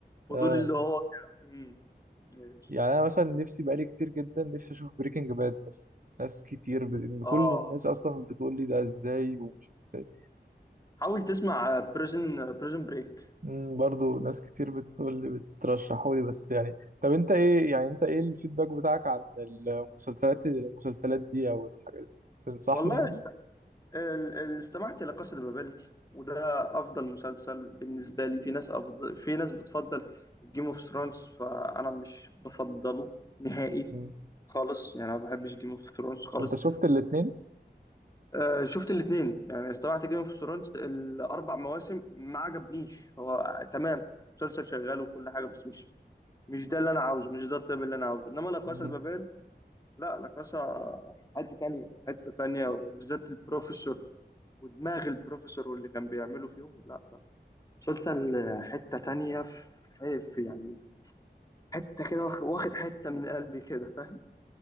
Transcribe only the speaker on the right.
اه
يعني انا مثلا نفسي بقالي كتير جدا نفسي اشوف بريكنج باد بس ناس كتير ب... إن كل
الناس اصلا بتقول لي ده ازاي ومش ازاي
امم برضو ناس كتير بتقول لي بترشحوا لي بس يعني طب انت ايه يعني انت ايه الفيدباك بتاعك عن المسلسلات المسلسلات دي او الحاجات دي تنصحني
يعني
امم
انت شفت الاتنين
امم